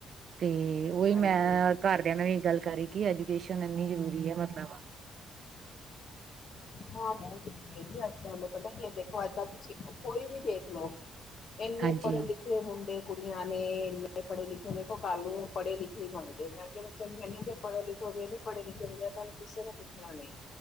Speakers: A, on the right (about 55°); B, on the left (about 55°).
A: ਤੇ ਉਹੀ
B: ਹਾਂਜੀ
A: ਮੈਂ ਘਰਦਿਆਂ ਨੇ ਵੀ ਗੱਲ ਕਰੀ ਕਿ ਐਜੂਕੇਸ਼ਨ ਇੰਨੀ ਜ਼ਰੂਰੀ ਹੈ ਮਤਲਬ
B: ਹਾਂ ਬਹੁਤੱ ਤੁਹਾਨੂੰ ਪਤਾ ਕੀ ਹੈ ਦੇਖੋ ਅੱਜ ਤੁਸੀਂ ਕੋਈ ਵੀ ਦੇਖ ਲਓ ਇਹਨੇ
A: ਹਾਂਜੀ
B: ਪੜੇ ਲਿਖ ਇੰਨੇ ਮੁੰਡੇ ਕੁੜੀਆਂ ਨੇ ਇੰਨੇ ਪੜ੍ਹੇ ਲਿਖੇ ਦੇਖੋ ਕੱਲ ਨੂੰ ਪੜ੍ਹੇ ਲਿਖੇ ਹੀ ਮੰਗਦੇ ਮੈਂ ਅੱਗੇ ਚੰਗੇ ਨੇ ਜੇ ਪੜੋ ਲਿਖੋ ਗ ਗਿਆ ਨੀ ਪੜੇ ਲਿਖੇ ਹੋ ਗਿਆਏ ਤੁਹਾਨੂੰ ਕਿਸੇ ਨੇ ਪੁੱਛਣਾ ਨਹੀਂ